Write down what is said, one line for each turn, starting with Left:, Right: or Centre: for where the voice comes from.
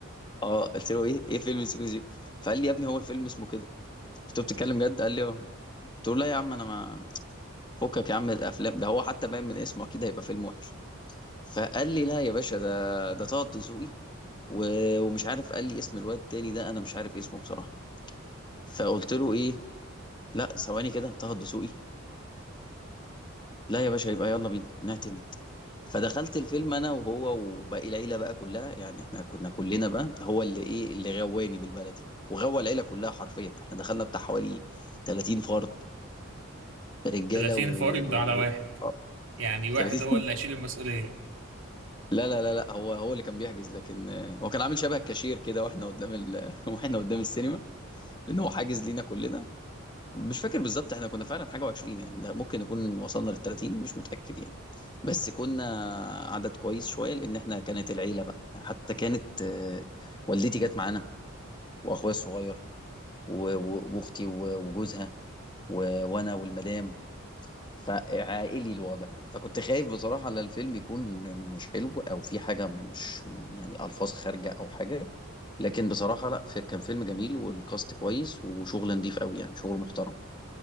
Left: اه قلت له ايه ايه فيلم سيكو سيكو فقال لي يا ابني هو الفيلم اسمه كده قلت له بتتكلم جد قال لي اه قلت له لا يا عم انا ما فكك يا عم من الافلام ده هو حتى باين من اسمه اكيد هيبقى فيلم وحش فقال لي لا يا باشا ده ده طه دسوقي و- ومش عارف قال لي اسم الواد التاني ده انا مش عارف اسمه بصراحه فقلت له ايه لا ثواني كده طه الدسوقي لا يا باشا يبقى يلا بينا نعتمد فدخلت الفيلم انا وهو وباقي العيله بقى كلها يعني احنا كنا كلنا بقى هو اللي ايه اللي غواني بالبلدي وغوى العيله كلها حرفيا احنا دخلنا بتاع حوالي 30 فرد رجاله
Right: 30
Left: و,
Right: فرد
Left: و...
Right: على واحد
Left: آه،
Right: يعني واحد
Left: 30
Right: هو اللي
Left: <laughs>
Right: هيشيل المسؤولية
Left: لا لا لا لا هو هو اللي كان بيحجز لكن آه، هو كان عامل شبه كاشير كده واحنا قدام ال... <laughs> واحنا قدام السينما لان هو حاجز لينا كلنا مش فاكر بالظبط احنا كنا فعلا حاجة وعشرين يعني ده ممكن نكون وصلنا للتلاتين مش متأكد يعني بس كنا عدد كويس شوية لأن احنا كانت العيلة بقى يعني حتى كانت آه، والدتي جت معانا وأخويا الصغير و- و- وأختي و- وجوزها و- وأنا والمدام فعائلي الوضع فكنت خايف بصراحة على الفيلم يكون مش حلو أو في حاجة مش يعني ألفاظ خارجة أو حاجة لكن بصراحة لا كان فيلم جميل والكاست كويس وشغل نضيف قوي يعني شغل محترم